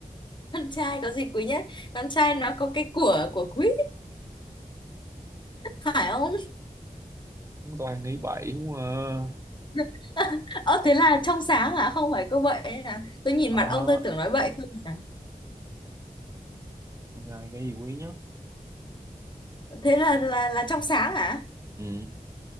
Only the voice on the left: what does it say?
con trai có gì quý nhất con trai nó có cái của của quý phải không
<laughs> Ơ thế là trong sáng hả? Không phải cô vậy à? Tôi nhìn
mặt ông tôi tưởng nói bậy thôi mà.
Thế là là là trong sáng hả?